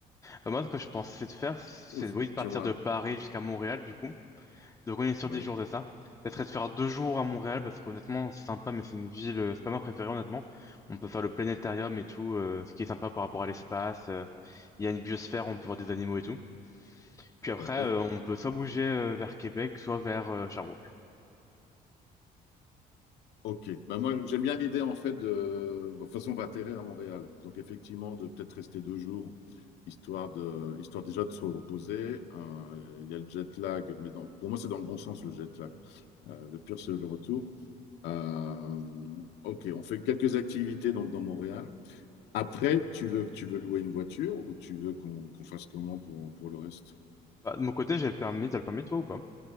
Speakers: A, on the left; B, on the left.
A: Bah, moi, ce que je pensais de faire, c'est
B: Ou-
A: oui, de partir
B: dis-moi
A: de Paris jusqu'à Montréal, du coup. Donc, on est sur
B: oui
A: 10 jours, c'est ça. Ça serait de faire deux jours à Montréal, parce qu'honnêtement, c'est sympa, mais c'est une ville, euh, c'est pas ma préférée, honnêtement. On peut faire le planétarium et tout, euh, ce qui est sympa par rapport à l'espace. euh, Il y a une biosphère, on peut voir des animaux et tout. Puis après,
B: d'accord
A: euh, on peut soit bouger euh, vers Québec, soit vers euh, Sherbrooke.
B: Ok, bah moi j'aime bien l'idée en fait de... bon, de toute façon on va atterrir à Montréal, donc effectivement de peut-être rester deux jours, histoire de... histoire déjà de se reposer. Euh, Il y a le jet lag, mais dans... pour moi c'est dans le bon sens le jet lag. Euh, le pire c'est le retour. Euh, Ok, on fait quelques activités donc dans Montréal. Après, tu veux tu veux louer une voiture ou tu veux qu'on qu'on fasse comment pour, pour le reste?
A: Bah, de mon côté, j'ai le permis, t'as le permis, toi, ou pas?